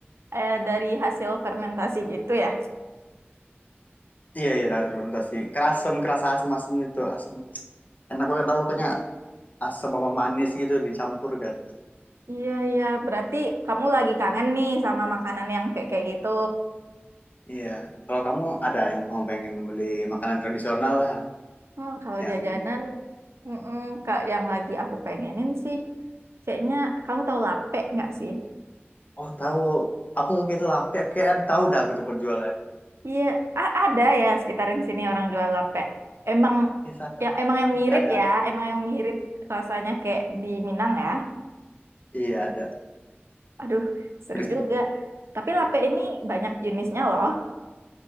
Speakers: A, on the right; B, on the left.
A: eh, dari hasil fermentasi gitu ya.
B: Iya, iya dari fermentasi. Kerasem, kerasa asam-asam itu, asam. Enak banget tau pokoknya asam sama manis gitu dicampur kan.
A: Iya iya, berarti kamu lagi kangen nih sama makanan yang kayak kayak gitu.
B: Iya. Kalau kamu ada yang kamu pengen beli makanan tradisional lah
A: Oh, kalau
B: yang
A: jajanan mm yang lagi aku pengenin sih kayaknya kamu tahu lape nggak sih?
B: oh tahu aku suka itu lape kayak tahu dah aku tuh penjualnya.
A: Iya, a- ada ya sekitarin sini orang jual lape. Emang
B: Kisah
A: yang emang yang mirip
B: ada
A: ya,
B: ada.
A: emang yang mirip rasanya kayak di Minang ya.
B: Iya, ada.
A: Aduh, seru
B: Berisi-
A: juga. Tapi lape ini banyak jenisnya loh.